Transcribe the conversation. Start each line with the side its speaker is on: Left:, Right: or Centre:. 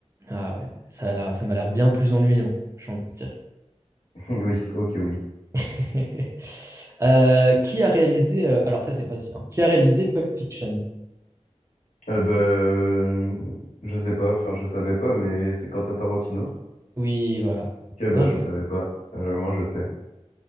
Right: Ah ouais, ça a l'air- ça m'a l'air bien plus ennuyant, j'ai envie de dire.
Left: <laughs> Oui, ok, oui.
Right: <laughs> Euh, qui a réalisé... euh, alors ça, c'est facile. hein. Qui a réalisé Pulp Fiction?
Left: Euh, ben, je sais pas, enfin, je savais pas, mais c'est Quentin Tarantino.
Right: Oui, voilà.
Left: Ok,
Right: Bien
Left: bah,
Right: joué.
Left: je savais pas. Euh, moi, je sais.